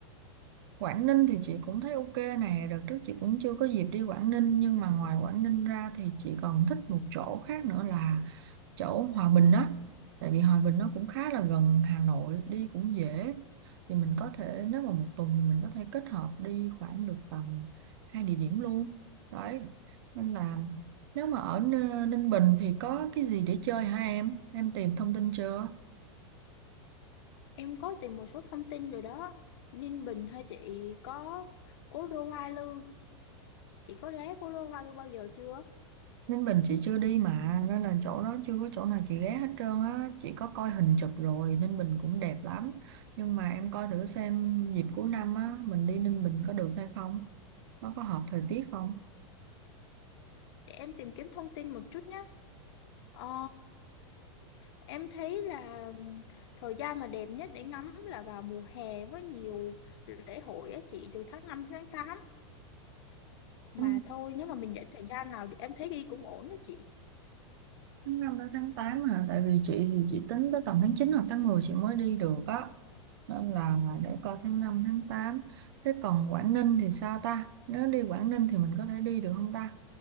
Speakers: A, on the right; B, on the left.
A: Quảng Ninh thì chị cũng thấy ok nè, đợt trước chị cũng chưa có dịp đi Quảng Ninh nhưng mà ngoài Quảng Ninh ra thì chị còn thích một chỗ khác nữa là chỗ Hòa Bình á. Tại vì Hòa Bình nó cũng khá là gần Hà Nội, đi cũng dễ. Thì mình có thể nếu mà một tuần thì mình có thể kết hợp đi khoảng được tầm hai địa điểm luôn. Đấy. Nên là nếu mà ở N- Ninh Bình thì có cái gì để chơi hả em? Em tìm thông tin chưa?
B: Em có tìm một số thông tin rồi đó. Ninh Bình hay chị có Cố đô Hoa Lư. Chị có ghé Cố đô Hoa Lư bao giờ chưa?
A: Ninh Bình chị chưa đi mà nên là chỗ đó chưa có chỗ nào chị ghé hết trơn á chị có coi hình chụp rồi Ninh Bình cũng đẹp lắm nhưng mà em coi thử xem dịp cuối năm á mình đi Ninh Bình có được hay không nó có hợp thời tiết không
B: Để em tìm kiếm thông tin một chút nhé. Ờ, Em thấy là thời gian mà đẹp nhất để ngắm là vào mùa hè với nhiều lễ hội á chị từ tháng 5 đến tháng tám mà
A: ừ.
B: thôi nếu mà mình dẫn thời gian nào thì em thấy đi cũng ổn đó chị.
A: Tháng 5 tới tháng 8 hả? Tại vì chị thì chị tính tới tầm tháng 9 hoặc tháng 10 chị mới đi được á. Nên là để coi tháng 5 tháng tám Thế còn Quảng Ninh thì sao ta? Nếu đi Quảng Ninh thì mình có thể đi được không ta?